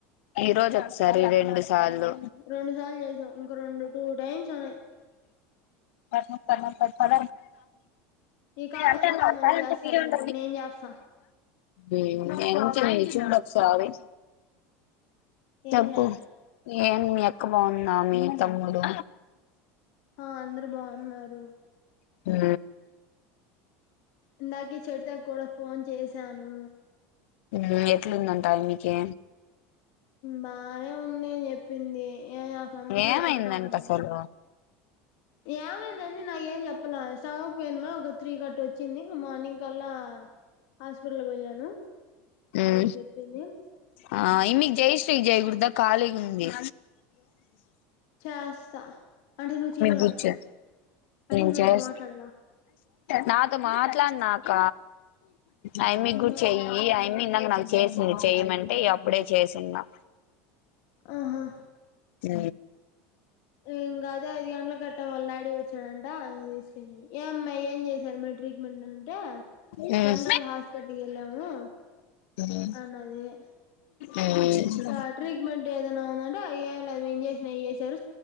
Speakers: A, on the left; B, on the left.
A: ఈ రోజు ఒకసారి రే రెండు సార్లు
B: రెండు సార్లు చేసావు ఇంక రెండు టూ టైమ్స్ ఉన్నాయి
A: స సర
B: ఈ కాల్
A: అంటేంట
B: అయిపోగానే మళ్ళీ చేస్తాలే
A: ఫి ఉండ
B: నీకు నేను చేస్తా
A: ఉ ఎంతుంది చూడు ఒకసారి చెప్పు
B: ఎంద్ మా
A: ఏం మీ అక్క బాగుంద, మీ తమ్ముడు?
B: ఆ అందరు బాగున్నారు.
A: ఉ
B: ఇందాకే చెడుతకు కూడా ఫోన్ చేసాను.
A: ఉ ఎట్లుందంట ఆ అమ్మికి
B: బానే ఉంది అని చెప్పింది. ఏ <unintelligible>
A: ఏమైందంట అసలు
B: ఏమైంది అన్ని నాకు ఏం చెప్పలా, సామకు పోయిన్మ ఒక త్రీ కట్ట వచ్చింది. ఇంగ మార్నింగ్ కల్లా హాస్పిటల్ పోయాను అని
A: ఉ
B: చెప్పి చెప్పింది
A: ఆ ఇమ్మికి జై శ్రీ కి జేయకూడ్ ద ఖాళీగుంది
B: ఆస్తా అంటే నువ్వు చేయవ
A: కూర్చో
B: నాకు, అంటే
A: నేను
B: నువ్
A: చేస్
B: నాతో మాట్లాడవా?
A: నాతో మాట్లాడ్నాక, ఆ అమ్మికి
B: ఆహా
A: గుడి చెయ్యి ఆ అమ్మి నాకు నాకు చేసింది చెయమంటే అప్పుడే చేసింది నా
B: ఆహా
A: ఉ
B: ఇంగ అదే ఐదు గంట్లకు అట్ట వాళ్ళ డాడీ వచ్చాడంట. ఇంగ తీసుకెళ్ళిండు ఏం మ్మే ఏం చేస్ చర్మ ట్రీట్మెంట్ అంటే,
A: ఉమ్
B: జనరల్ హాస్పిటల్ కి ఎళ్ళాము
A: ఉమ్
B: అన్నది ఇ
A: ఉమ్
B: ఇంకా ట్రీట్మెంట్ ఏదన్న ఉందంటే ఆ ఏం లేదు, మేం చేసినేది చేసారు.